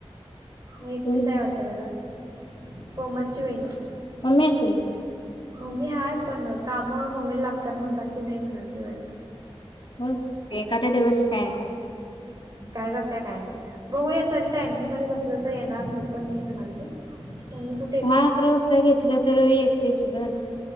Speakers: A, on the right; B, on the left.
A: मग एकटीच
B: होय
A: आहे वाटत घरात कोमलची वहिणी...
B: मम्मी असल...
A: मम्मी हाय पण काम मम्मीला लागतात म्हणताना ती नाही म्हणाल ती वाटत...
B: हो ते एखादा दिवस काय आहे का..
A: काय करत कायम बघूया तरी टायमिंग मध्ये बसलं तर येणार नाही... तर नाही म्हणाली ते मी कुठ
B: हहा अकरा वाजता घेतलं तर येत ते स गं...